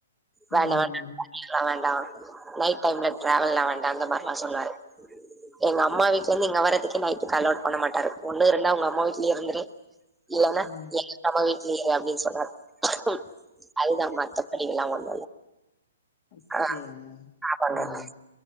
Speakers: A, on the left; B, in the centre.
A: ம்
B: வேண்டா <inaudible> வேண்டா நைட் டைம்ல டிராவல்லா வேண்டா அந்த மாரில்லா சொல்வாரு எங்க அம்மா வீட்லருந்து இங்க வறத்துக்கே நைட்டுக்கு அலோட் பண்ண மாட்டாரு ஒண்ணு இருந்த உங்க அம்மா வீட்லயே இருந்துரு இல்லனா
A: ம்
B: ஏ நம்ம வீடல இரு அப்டின்னு சொன்னார் ம் அதுதா மத்தபடி எல்லா ஒண்
A: அப்டியா
B: ஆ ந பண்ணிரு
A: ம்
B: <inaudible>